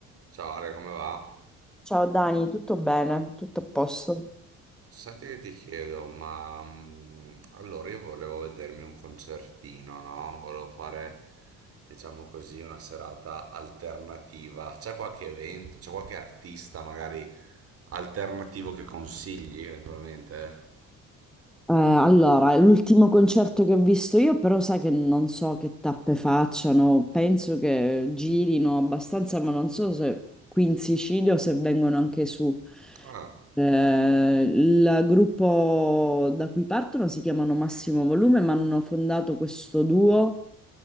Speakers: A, on the right (about 45°); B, in the centre.
A: Ciao Ale, come va?
B: Ciao Dani, tutto bene? Tutto a posto?
A: Senti che ti chiedo, ma mm, allora io volevo vedermi un concertino, no? Volevo fare, diciamo così, una serata alternativa. C'è qualche evento, c'è qualche artista magari alternativo che consigli eventualmente?
B: Eh, allora, l'ultimo concerto che ho visto io, però sai che non so che tappe facciano, penso che girino abbastanza, ma non so se qui in Sicilia o se vengono anche su.
A: Ah,
B: Eh, il gruppo da cui partono si chiamano Massimo Volume, ma hanno fondato questo duo